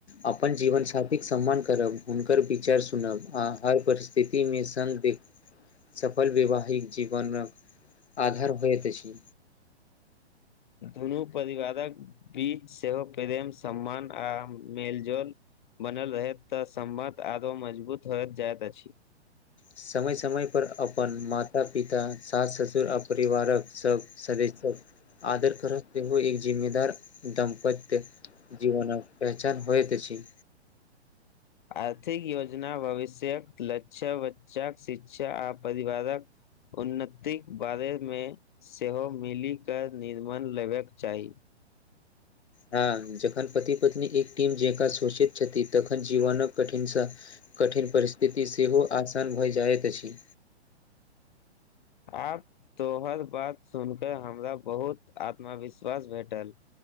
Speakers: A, on the left; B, on the left.
A: अपन जीवन साथीके सम्मान करब हुनकर विचार सुनब आ हर परि- स्थितिमे सदिग्ध सफल वैवाहिक जीवनक आधार होइत अछि
B: दुनू परिवारक बीच सेहो प्रेम सम्मान आ मेल जोल बनल रहे तऽ समबत आरो मजबूत होत जायइत अछि
A: समय समय पर अपन माता पिता सास ससुर आ परिवारक सब सदस्य आदर करत इहो एक जिम्मेदार दम्पत्य जीवन पहचान होइत तऽ अछि
B: आर्थिक योजना भविष्यक लक्ष्य बच्चा शिक्षा आ परिवारक उन्नतिक बारेमे सेहो मिली केऽ निर्यण लेबयके चाही
A: हँ जखन पति पत्नी एक टीम जका सोचित छथि तखन जीवनक कठिन कठिन परिस्थिति सेहो आसान भऽ जाइत अछि
B: आब तोहर बात सुन कऽ हमरा बहुत आत्मविश्वास भेटल